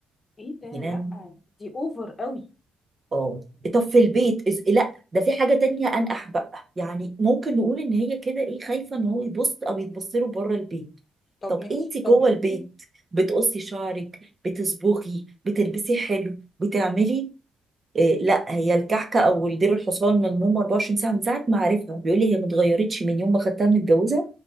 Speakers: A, on the left; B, on the right.
A: ايه ده
B: جنان
A: لا دي اوفر قوي
B: اه طب في البيت إز... لا ده في حاجة تانية أنقح بقى يعني ممكن نقول إن هي كده إيه خايفة إن هو يبص أو يتبص له بره البيت
A: طب
B: طب
A: ماشي
B: أنت جوه
A: طب
B: البيت
A: ايه
B: بتقصي شعرك بتصبغي بتلبسي حلو بتعملي إيه لا هي الكحكة أو الدير الحصان من المهم 24 ساعة من ساعة ما عارفها بيقول لي هي ما اتغيرتش من يوم ما خدتها متجوزة